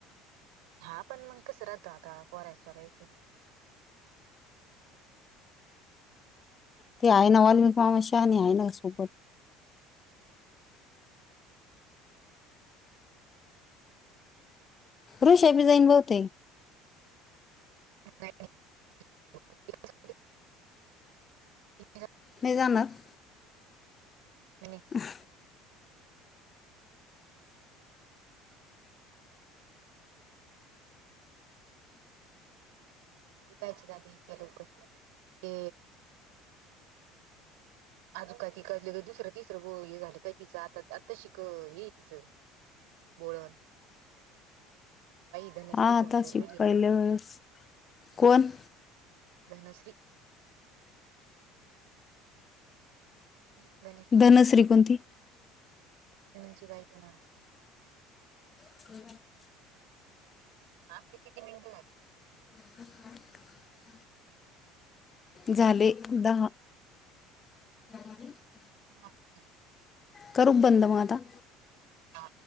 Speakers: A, on the right; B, on the left.
A: हा, पण मग कसं राहतो आता पोरायसोरायचं?
B: ते आहे ना वाल्मीक मामा, शहाणी आहे ना सोबत. ऋषा बी जाईन बहूतेक.
A: <inaudible> <unintelligible>
B: न्हे जा मग.
A: आणि
B: हं.
A: ते कायची जाती इतक्या लवकर. ते आज काय तिकलं का दुसरं तिसरं ग हे झालं काय तिचं? आत्ता आत्ताशिक हे ए तिचं, बोळवण. धनश्री
B: हा आताशिक
A: फोन करू राहिली
B: पहिल्या
A: आता
B: वेळेस, कोण?
A: धनश्री. की गणेश
B: धनश्री कोणती?
A: धन्याची बायको ना.
B: <inaudible>
A: आपके किती मिनटं झाली?
B: <inaudible> झाले, दहा. काय म्हणली? <inaudible>
A: <unintelligible>
B: करु का बंद म आता?
A: हा.